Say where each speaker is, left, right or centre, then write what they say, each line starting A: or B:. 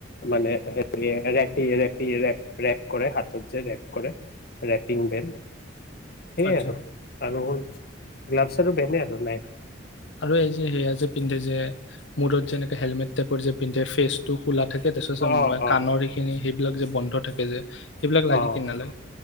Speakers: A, on the left; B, on the left.
A: মানে হে ৰেপি ৰেপিৰে। ৰেপ কৰে হাতত যে ৰেপ কৰে। Wrapping belt. সেইয়
B: আচ্ছা
A: আৰু। আৰু গ্লভছ আৰু ভেনে আৰু নাই।
B: আৰু এই যে সেয়া যে পিন্ধে যে মূৰত যেনেকে হেলমেট টাইপৰ যে পিন্ধে ফেচ টো। ক'লা থাকে তাৰ পিছত
A: অ অ
B: কাণৰ এইখিনি। সেইবিলাক যে বন্ধ থাকে যে। সেইবিলাক লাগে
A: অ
B: কি নালাগে।